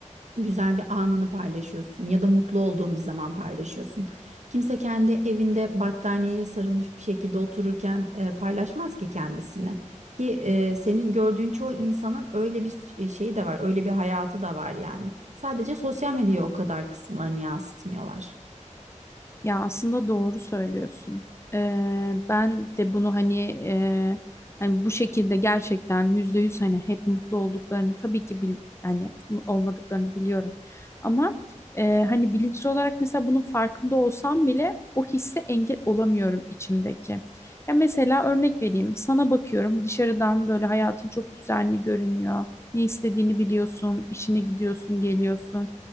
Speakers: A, on the right (about 65°); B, on the left (about 20°).
A: güzel bir anını paylaşıyorsun ya da mutlu olduğun bir zaman paylaşıyorsun. Kimse kendi evinde battaniyeye sarılmış bir şekilde otururken e, paylaşmaz ki kendisini. Ki e, senin gördüğün çoğu insanın öyle bir e, şeyi de var, öyle bir hayatı da var yani. Sadece sosyal medyaya o kadar kısımlarını yansıtmıyorlar.
B: Ya aslında doğru söylüyorsun. Ee, ben de bunu hani e, hani bu şekilde gerçekten yüzde yüz hani hep mutlu olduklarını tabii ki bil, hani olmadıklarını biliyorum. Ama e, hani bilinçli olarak mesela bunun farkında olsam bile o hisse engel olamıyorum içimdeki. Ya mesela örnek vereyim. Sana bakıyorum dışarıdan böyle hayatın çok düzenli görünüyor. Ne istediğini biliyorsun, işine gidiyorsun, geliyorsun.